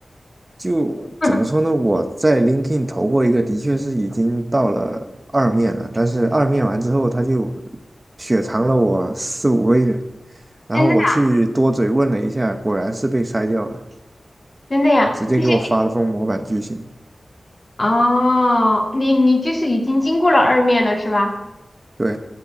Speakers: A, on the right; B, on the left.
A: 就怎么说呢？
B: <laughs>
A: 我在 l i n k i n 投过一个，的确是已经到了二面了，但是二面完之后，他就雪藏了我四五个月，然后我去多嘴问了一下，
B: 真的呀，
A: 果然是被筛掉了，
B: 真的呀，
A: 直接给我发了封模板拒信。
B: 就是哦，你你就是已经经过了二面了是吧？
A: 对